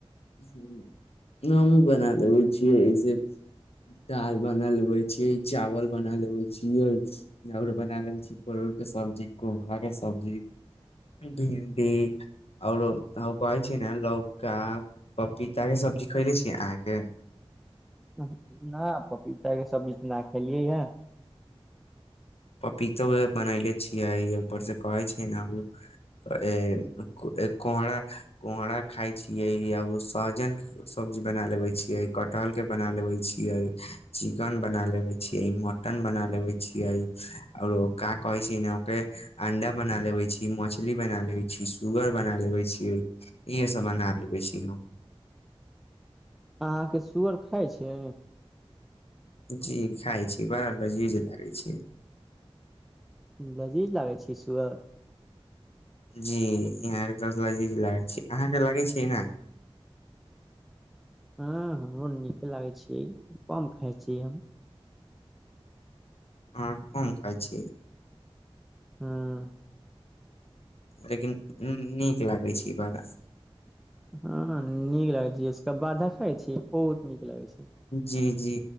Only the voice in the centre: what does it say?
नहि, पपीता के सब्जी नहि खेलियै हे।
अहाँके सुअर खाइ छै?
बड़ नीक लागै छै सुअर।
हँ, हमरो नीके लागै छै, कम खाय छी हम।
हँ।
हँ, नीक लगै छै, एकरा देखै छी तऽ बहुत नीक लगै छै।